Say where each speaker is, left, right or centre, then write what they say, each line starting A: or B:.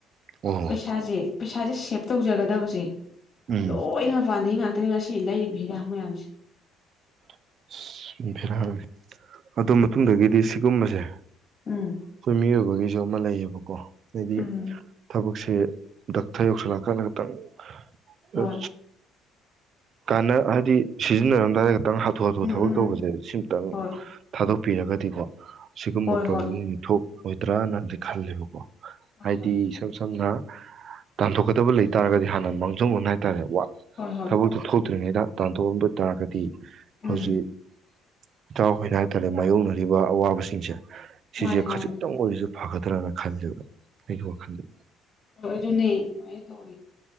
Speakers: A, on the right; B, on the left.
A: ꯑꯣ
B: ꯄꯩꯁꯥꯥꯁꯦ ꯄꯩꯁꯥꯥꯁꯦ ꯁꯞ ꯇꯧꯖꯒꯗꯕꯁꯦ
A: ꯎꯝ
B: ꯂꯣꯏꯅ ꯃꯄꯥꯟꯗꯩ ꯩꯉꯁꯤ ꯂꯩꯔꯤꯕ ꯍꯤꯗꯥꯛ ꯃꯌꯥꯝꯁꯦ
A: ꯑꯁ ꯕꯦꯔꯥꯅꯤ ꯗꯨ ꯃꯇꯨꯡꯗꯒꯤꯗꯤ ꯁꯤꯒꯨꯝꯕꯁꯦ
B: ꯎꯝ
A: ꯈꯣꯏ ꯃꯤꯑꯣꯏꯕꯒꯤ ꯑꯃ ꯂꯩꯌꯦꯕꯀꯣ ꯍꯥꯏꯗꯤ
B: ꯎꯝ
A: ꯊꯕꯛꯁꯦ ꯁ ꯗꯥꯛꯇꯔ ꯌꯧꯁꯤꯜꯂꯛꯑꯀꯥꯟꯗ ꯈꯤꯇꯪ
B: ꯍꯣꯏ
A: ꯑꯝ ꯀꯥꯟꯅ ꯍꯥꯏꯕꯗꯤ ꯁꯤꯖꯤꯟꯅꯔꯝꯗꯥꯏꯗ ꯈꯤꯇꯪ ꯍꯥꯊꯨ ꯍꯥꯊꯨ
B: ꯎꯝ
A: ꯊꯕꯛ
B: ꯎꯝ
A: ꯇꯧꯕꯁꯦ ꯁꯤꯝꯇꯪ
B: ꯍꯣꯏ
A: ꯊꯥꯗꯣꯛ ꯄꯤꯔꯒꯗꯤꯀꯣ ꯁꯤꯒꯨꯝꯕ
B: ꯍꯣꯏ
A: ꯄ꯭ꯔꯣꯕ꯭ꯂꯦꯝ
B: ꯍꯣꯏ
A: ꯁꯤꯡꯁꯦ ꯊꯣꯛꯣꯛ ꯍꯣꯏ ꯇꯔꯥ ꯅꯗꯤ ꯈ ꯂꯩꯦꯕꯀꯣ
B: ꯍꯣꯏ
A: ꯍꯥꯏꯗꯤ
B: ꯍꯣꯏ
A: ꯁꯝ ꯁꯝꯅ ꯇꯥꯟꯊꯣꯛꯀꯗꯕ ꯂꯩ ꯇꯥꯔꯒꯗꯤ ꯍꯥꯟꯅ ꯃꯥꯡꯖꯧꯕ ꯍꯥꯏꯇꯥꯔꯦ ꯋꯥ
B: ꯍꯣꯏ ꯍꯣꯏ
A: ꯊꯕꯛꯇ ꯊꯣꯛ ꯇ꯭ꯔꯤꯉꯩꯗ ꯇꯥꯟꯊꯣꯛꯑꯕ ꯇꯥꯔꯒꯗꯤ ꯍꯧꯖꯤꯛ
B: ꯎꯝ
A: ꯏꯇꯥꯎꯈꯣꯏꯅ ꯍꯥꯏꯇꯥꯔꯦ ꯃꯥꯥꯏꯌꯣꯛꯅꯔꯤꯕ ꯑꯋꯥꯕꯁꯤꯡꯁꯦ ꯁꯤꯁꯦ
B: ꯃꯥꯅꯦ
A: ꯈꯖꯤꯛꯇꯪ
B: ꯃꯥꯅꯦ
A: ꯋꯥꯔꯤꯣꯔꯤꯁꯨ ꯐꯒꯗ꯭ꯔꯅ ꯈꯜꯂꯤꯕ ꯑꯩꯍꯨ ꯈꯥꯟꯗ
B: ꯅ ꯃꯥ ꯇꯧ